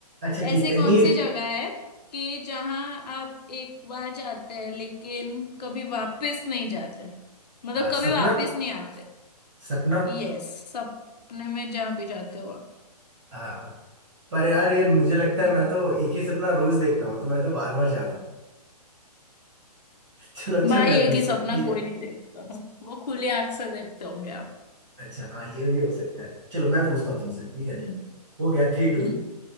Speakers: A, on the right; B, on the left.
A: अच्छा ठीक
B: ऐसे
A: है
B: कौन
A: नींद
B: सी जगह है कि जहां आप एक बार जाते हैं लेकिन कभी वापस नहीं जाते मतलब
A: आ, सपना
B: कभी वापस नहीं आते
A: सपना
B: यस सपने में जहां भी जाते हो आप
A: हाँ पर यार ये मुझे लगता है
B: हम्म
A: मैं तो एक ही सपना रोज देखता हूँ तो मैं तो बार बार जाता हूँ <laughs> चलो अच्छा
B: भाई
A: मैं
B: एक
A: पूछता
B: ही सपना
A: हूँ ठीक
B: कोई
A: है
B: नहीं देखता वो खुली आंख से देखते होंगे आप
A: अच्छा हाँ ये भी हो सकता है चलो मैं पूछता हूँ तुमसे ठीक है
B: हम्म
A: हो गया थ्री टू
B: हम्म।